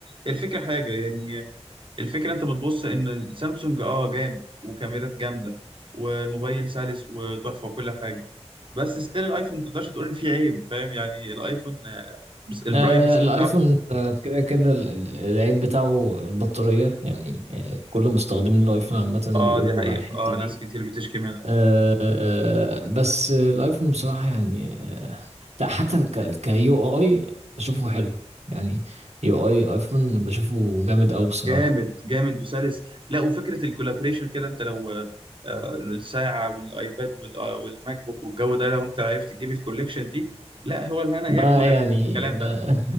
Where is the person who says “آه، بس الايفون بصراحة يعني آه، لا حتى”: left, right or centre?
Right